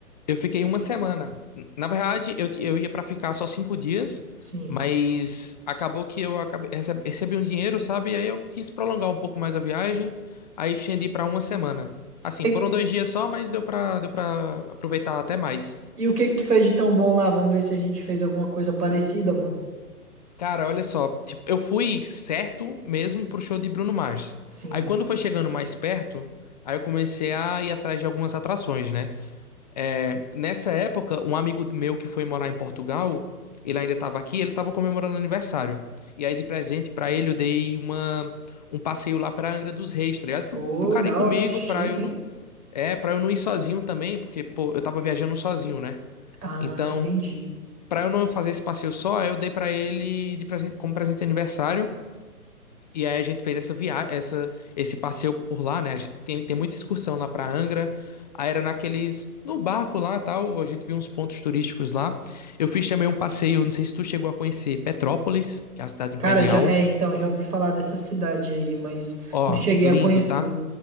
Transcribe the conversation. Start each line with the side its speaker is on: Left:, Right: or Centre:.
Left: Eu fiquei uma semana. Na verdade, eu, eu ia pra ficar só cinco dias,
Right: Sim.
Left: mas acabou que eu acabei, receb- recebi um dinheiro, sabe? E aí eu quis prolongar um pouco mais a viagem, aí estendi pra uma semana. Assim,
Right: E,
Left: foram dois dias só, mas deu pra, deu pra aproveitar até mais.
Right: e o que que tu fez de tão bom lá? Vamos ver se a gente fez alguma coisa parecida, mano.
Left: Cara, olha só, tipo, eu fui certo mesmo pro show de Bruno Mars.
Right: Sim.
Left: Aí quando foi chegando mais perto, aí eu comecei a ir atrás de algumas atrações, né? É, Nessa época, um amigo meu que foi morar em Portugal, ele ainda estava aqui, ele estava comemorando aniversário. E aí, de presente pra ele, eu dei uma, um passeio lá pra Angra dos Reis, tá ligado? Pro,
Right: Ô,
Left: pro cara
Right: da
Left: ir comigo,
Right: hora, chique,
Left: pra eu
Right: hein?
Left: não. É, pra eu não ir sozinho também, porque, pô, eu tava viajando sozinho, né?
Right: Ah,
Left: Então,
Right: entendi.
Left: pra eu não fazer esse passeio só, aí eu dei pra ele de presente, como presente de aniversário, e aí a gente fez essa viagem, essa, esse passeio por lá, né? A gente tem, tem muita excursão lá pra Angra. Aí era naqueles, no barco lá, tal, a gente viu uns pontos turísticos lá. Eu fiz também um passeio, não sei se tu chegou a conhecer Petrópolis, que é a cidade imperial.
Right: Cara, já, é, então, já ouvi falar dessa cidade aí, mas
Left: Ó,
Right: não cheguei
Left: lindo,
Right: a conhecer.
Left: tá?